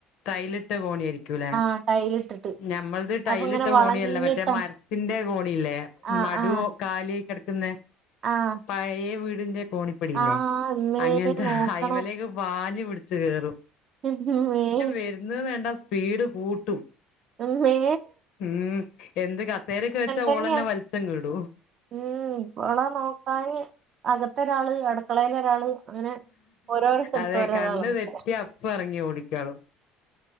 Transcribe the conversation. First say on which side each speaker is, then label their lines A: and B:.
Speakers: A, on the left; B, on the right.
A: ടൈലിട്ട കോണി ആയിരിക്കൂല്ലെ
B: ആഹ് ടൈലിട്ടിട്ട്
A: ഞമ്മളത് ടൈയിലിട്ട
B: അപ്പൊ ഇങ്ങനെ വളഞ്ഞിട്ടാ
A: കോണിയല്ല മറ്റേ മരത്തിന്റെ കോണിയില്ലേ
B: ആഹ്
A: നടുവ്
B: ആഹ്
A: കാലിയായി കെടക്കുന്നെ
B: ആഹ്
A: പഴയ വീടിന്റെ കോണി പ്പടിയില്ലേ
B: ആഹ് ഇമ്മേ
A: അങ്ങനെത്തെ
B: നോക്കണം
A: അയിമേലൊക്കെ പാഞ്ഞ് പിടിച്ച് കേറും
B: <unintelligible>
A: വര്ന്നത് കണ്ട സ്പീഡ് കൂട്ടും
B: അമ്മേ
A: ഉം എന്ത് കസേരക്കെ വെച്ചാ
B: തന്നെയാ
A: ഓളന്നെ വലിച്ചങ്ങ് ഇടൂ
B: ഉം ഓളെ നോക്കാന് അകത്തൊരാള് അടുക്കളയിലൊരാള് അങ്ങനെ ഓരോരോ സ്ഥലത്ത്
A: അതെ
B: ഓരോരാള്
A: കണ്ണ്
B: നിക്കലാ
A: തെറ്റിയ അപ്പ എറങ്ങി ഓടിക്കാളും